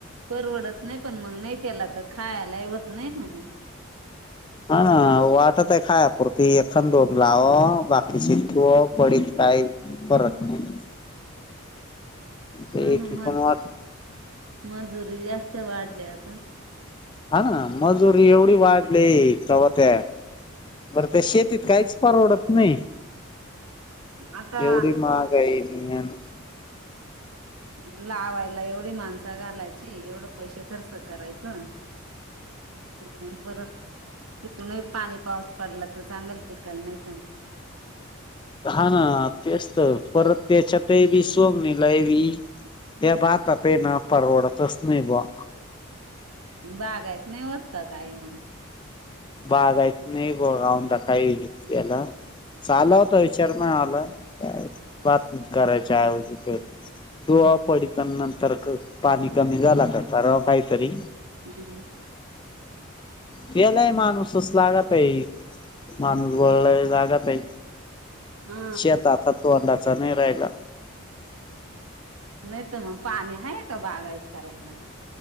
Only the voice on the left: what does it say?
हा ना वाटत आहे खाया पुरती एक अन दोन लावाव बाकीची तो पडीत काही फरक नाही ते
एकी
पण वाट
हा ना मजुरी एवढी वाढली चव्हा त्या बरं त्या शेतीत काहीच परवडत नाही.
एवढी महागाई बी अन
हा ना तेच तर परत त्याच्यातही वी सोमना <unintelligible> ते भाता पेन परवडतच नाही बॉ.
बागाईत नाही बॉ बाऊन दा काही केलं चाल विचार पण आला बातमी करायच्या ऐवजी करू तोवा पडिता नंतर पाणी कमी झाला कराव काही तरी.
केलाय माणूसच लागत आहे माणूस वळलाय लागत आहे.
शेत आता तोंडाचा नाय राहिला.